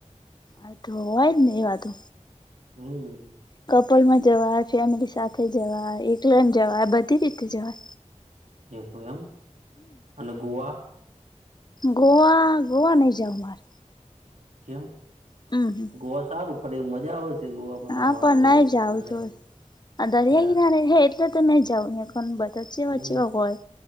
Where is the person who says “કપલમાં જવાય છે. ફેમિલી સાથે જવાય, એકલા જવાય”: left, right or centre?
Left